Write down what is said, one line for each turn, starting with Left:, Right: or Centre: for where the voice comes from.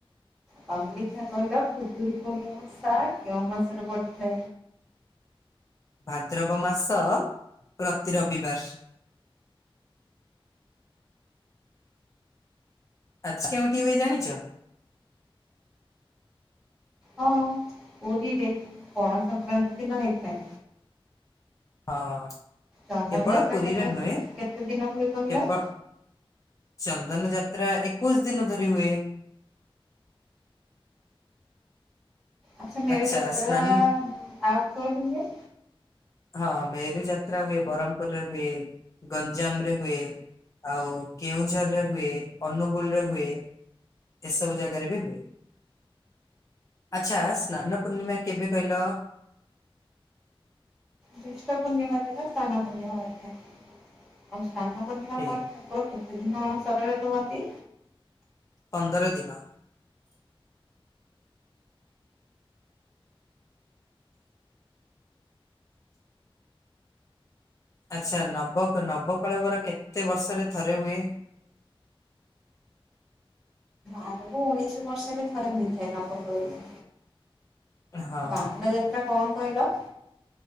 Centre: ତମଦେଖା କହିଲ ଖୁଦୁୁରୀ କୁଣି ଓସା କେଉଁ ମାସରେ ପଡ଼ିଥାଏ?
Left: ଭାଦ୍ରବ ମାସ ପ୍ରତି ରବିବାର ଆଚ କେଉଁଠି‌ ହୁଏ ଜାଣିଛ?
Centre: ହଁ ପୁରୀରେ ପଣା ସଂଂକ୍ରାନ୍ତି ଦିନ ହେଇଥାଏ।
Left: ହଁ।
Centre: ଚନ୍ଦନ
Left: କେବଳ
Centre: ଯାତ୍ରା
Left: ପୁରୀରେ
Centre: କେ କେତେ
Left: ନୁହେଁ
Centre: ଦିନ ଭଳି କହିଲ?
Left: କେବ ଚନ୍ଦନ ଯାତ୍ରା ଏକୋଇଶି ଦିନ ଧରି ହୁଏ।
Centre: ଆଚଛା ମେରୁ
Left: ଆଚ୍ଛା
Centre: ଯାତ୍ରା
Left: ସ୍ନାନ
Centre: ଆଉ କୋଉଠିଁ ହୁଏ?
Left: ହଁ ମେରୁ ଯାତ୍ରା ହୁଏ ବ୍ରହ୍ମପୁରରେ ହୁଏ ଗଞ୍ଜାମ ରେ ହୁଏ ଆଉ କେଉଁଝର ରେ ହୁଏ ଅନୁଗୁଳ ରେ ହୁଏ ଏସବୁ ଜାଗାରେ ବି ହୁଏ ଆଚ୍ଛା ସ୍ନାନ ପୂର୍ଣ୍ଣିମା କେବେ କହିଲ?
Centre: ଜ୍ୟେଷ୍ଠ ପୂର୍ଣ୍ଣିମା ଦିନ ସ୍ନାନ ପୂର୍ଣ୍ଣିମା ହୋଇଥାଏ ଆଉ ସ୍ନାନ ପୂର୍ଣ୍ଣିମା
Left: ଠିକ
Centre: କରିଥାଏ‌ ଆ କେତେ ଦିନ ଅଣସରରେ ରୁହନ୍ତି
Left: ପନ୍ଦର ଦିନ ଆଚ୍ଛା। ନବ ନବକଳବର କେତେ ବର୍ଷରେ ଥରେ ହୁଏ?
Centre: ଆରବ ଉଣେଇଶି ବର୍ଷରେ ଥରେ ହୋଇଥାଏ ନବ ପରଣ
Left: ହଁ।
Centre: ବାହୁଡା ଯାତ୍ରା କଣ କହିଲ?